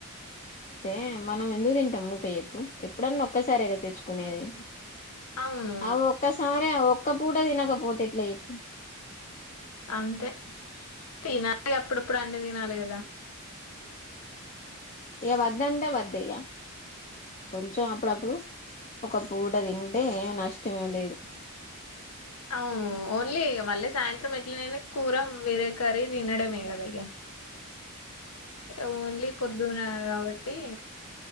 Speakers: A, on the left; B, on the left.
A: అయితే మనం ఎందుకు తింటాం ముకే చెప్పు ఎప్పుడన్నా ఒక్కసారిగా తెచ్చుకునేది
B: అవును
A: ఆ ఒక్క సారి ఒక్క పూట తినకపోతేట్లా చెప్పు
B: అంతే
A: మరి
B: తిన గ అప్పుడప్పుడు అన్ని తినాలి కదా
A: ఇగ వద్దంటే వద్ద ఇగ కొంచెం అప్పుడప్పుడు ఒక పూట తింటే ఏమి నష్టం మేమి లేదు
B: అవును ఓన్లీ మళ్ళీ సాయంత్రం ఎట్లనైనా కూర వేరేకర్రీ తినడమే కదయ్యా ఓన్లీ పొద్దున గ ట్టి